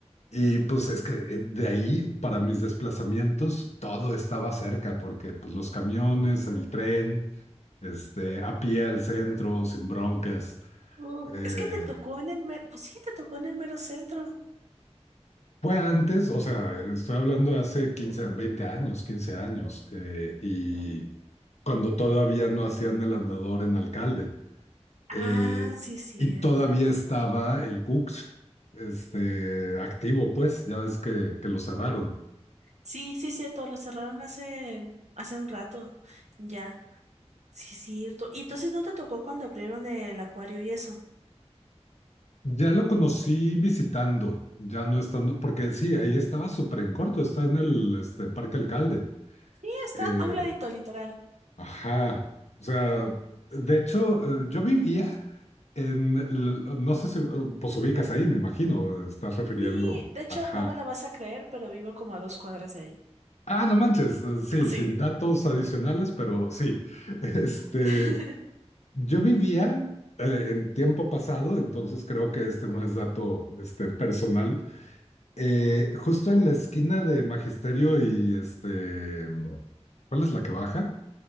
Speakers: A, on the left; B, on the right.
A: Y pues es que eh, de ahí, para mis desplazamientos, todo estaba cerca, porque pues los camiones, el tren, este, a pie al centro, sin broncas.
B: Uf,
A: Eh,
B: es que te tocó en el mero, pues sí, te tocó en el mero centro.
A: fue antes, o sea, estoy hablando de hace 15 20 años, 15 años, eh, y cuando todavía no hacían el andador en Alcalde,
B: Ah,
A: eh,
B: sí, es cierto.
A: y todavía estaba el Cux, este, activo, pues, ya ves que, que lo cerraron.
B: Sí, sí, es cierto, lo cerraron hace, hace un rato, ya. Sí, es cierto. Y entonces no te tocó cuando abrieron el acuario y eso.
A: Ya lo conocí visitando, ya no estando, porque sí, ahí estaba súper en corto, está en el este, Parque Alcalde.
B: Sí, está
A: Eh,
B: a un ladito, literal.
A: ajá, o sea, de hecho, eh, yo vivía en, l- no sé si, eh, pues ubicas ahí, me imagino, estás refiriendo,
B: Sí, de hecho,
A: ajá.
B: no me la vas a creer, pero vivo como a dos cuadras de ahí.
A: Ah, no manches, eh, sí,
B: Sí.
A: sin datos adicionales, pero sí, <laughs> este,
B: <laughs>
A: yo vivía eh, en tiempo pasado, entonces creo que este no es dato este, personal Eh, justo en la esquina de Magisterio y este, ¿cuál es la que baja?